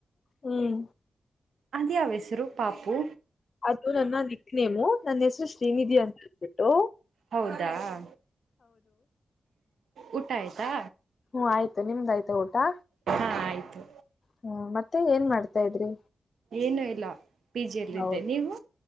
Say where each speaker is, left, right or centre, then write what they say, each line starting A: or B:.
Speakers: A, on the left; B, on the right.
A: ಹ್ಮ್
B: ಅದ್ಯಾವ್ ಹೆಸ್ರು ಪಾಪು
A: ಅದು ನನ್ನ ನಿಕ್ನೇಮು ನನ್ ಹೆಸರು ಶ್ರೀನಿಧಿ ಅಂತೇಳ್ಬಿಟ್ಟು.
B: ಹೌದಾ ಆ ಊಟ ಆಯ್ತಾ.
A: ಹ್ಮ್ ಆಯ್ತು ನಿಮ್ದ್ ಆಯ್ತಾ ಊಟಾ
B: ಹಾ ಆಯ್ತು.
A: ಹ್ಮ ಮತ್ತೆ ಏನ್ ಮಾಡ್ತಾ ಇದ್ರಿ.
B: ಏನು ಇಲ್ಲ ಪಿ ಜಿ ಯಲ್ಲಿದ್ದೆ
A: ಹೌದು
B: ನೀವು.